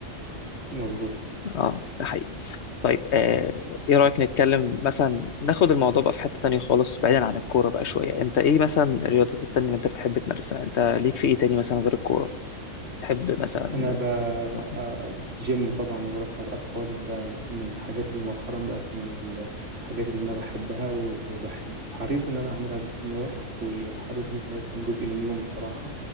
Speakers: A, on the right; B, on the left.
A: مظبوط
B: اه ده حقيقي طيب آه، ايه رايك نتكلم مثلا ناخد الموضوع بقى في حته تانية خالص بعيدا عن الكوره بقى شويه انت ايه مثلا الرياضات التانية اللي انت بتحب تمارسها انت ليك في ايه تاني مثلا غير الكوره تحب مثلا
A: انا ب... آه،
B: مم.
A: جيم طبعا ورفع الاثقال ده من الحاجات اللي مؤخرا بقت من الحاجات اللي انا بحبها وبحب حريص ان انا اعملها باستمرار وحريص ان هي تكون جزء من يومي الصراحه